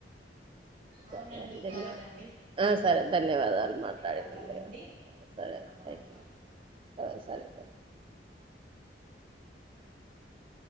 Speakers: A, on the right; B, on the right.
A: అవునండి
B: సరే అండి
A: సరేనండి
B: మరి ఆ సరే ధన్యవాదాలు
A: ధన్యవాదాలండి
B: మాట్లాడినందుకు సరే
A: మీ సమయం
B: త్యాంక్
A: మాకు
B: యూ
A: ఇచ్చినందుకు
B: ఆ సరే
A: ఉ